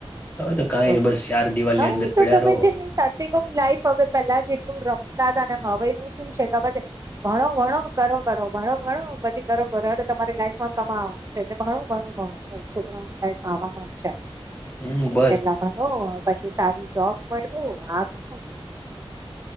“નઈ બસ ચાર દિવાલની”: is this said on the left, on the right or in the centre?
Left